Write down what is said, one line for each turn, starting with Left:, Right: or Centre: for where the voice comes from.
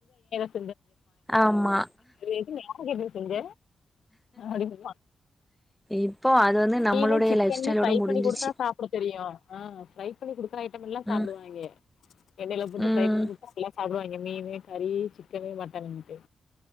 Left: <unintelligible> <unintelligible>
Centre: ஆமா
Left: அடக்கு எப்பிடி செஞ்ச அடிம்பா
Centre: இப்போ அது வந்து நம்மளுடைய
Left: மீனு சிக்கன்னு
Centre: லைஃப் ஸ்டைலோட
Left: ஃப்ரை
Centre: முடிஞ்சிச்சு
Left: பண்ணி குடுத்தா சாப்புட தெரியு ஆ ஃப்ரை பண்ணி குடுக்குற ஐட்டம் எல்லா சாப்புடுவாய்ங்க
Centre: ம்
Left: எண்ணெயில போட்டு
Centre: ம்
Left: ஃரை பண்ணி குடுத்தா நல்லா சாப்புடுவாய்ங்க மீனு கறி சிக்கனு மட்டனுட்டு